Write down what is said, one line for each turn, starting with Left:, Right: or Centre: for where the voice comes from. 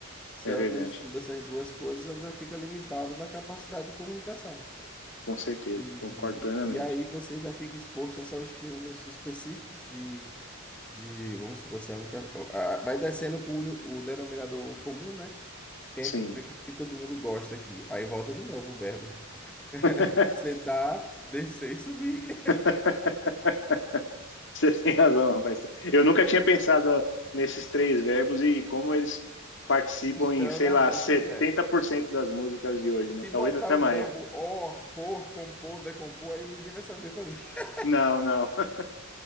Centre: Se
Left: é
Centre: ela
Left: verdade.
Centre: não estuda essas duas coisas, ela já fica limitada na capacidade de comunicação.
Left: Com certeza,
Centre: E,
Left: concordo plenamente.
Centre: e aí você ainda fica exposto a só estímulos específicos de, de vamos supor, você é a única. a- Vai descendo para o denominador comum, né? Quem
Left: Sim.
Centre: é que, que, é que todo mundo gosta aqui? Aí volta de novo o verbo.
Left: <laughs>
Centre: <laughs> Sentar, descer e subir.
Left: <laughs> Você tem razão, rapaz. Eu nunca tinha pensado nesses três verbos e como eles participam
Centre: <laughs> Estão
Left: em, sei
Centre: nas
Left: lá,
Centre: músicas,
Left: 70%
Centre: é.
Left: das músicas de hoje,
Centre: Se
Left: né? Talvez
Centre: botar
Left: até
Centre: um
Left: mais.
Centre: verbo or, por, compor, decompor, aí ninguém vai saber fazer. <laughs>
Left: Não, não. <laughs>